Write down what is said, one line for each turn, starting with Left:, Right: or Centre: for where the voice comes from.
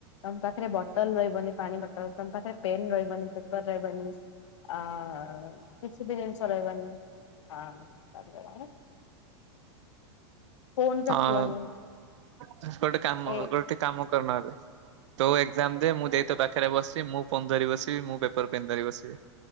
Left: ତମ୍ ପାଖେରେ ବଟଲ୍ ରହିବନି ପାଣି ବଟଲ୍, ତମ୍ ପାଖରେ ପେନ୍ ରହିବନି ପେପର୍ ରହିବନି। ଆଉ କିଛି ବି ଜିନିଷ ରହିବନି <unintelligible> ଫୋନ ରଖିବନି
Right: ହଁ ଗୋଟେ କାମ
Left: ଏ
Right: କର କାମ କର ନହେଲେ ତୋ ଏକ୍ଜାମ ଦେ ମୁଁ ଦେଇ ତୋ ପା ପାଖରେ ବସି ମୁଁ ଫୋନ୍ ଧରି ବସିବି ମୁଁ ପେପର ପେନ୍ ଧରି ବସିବି।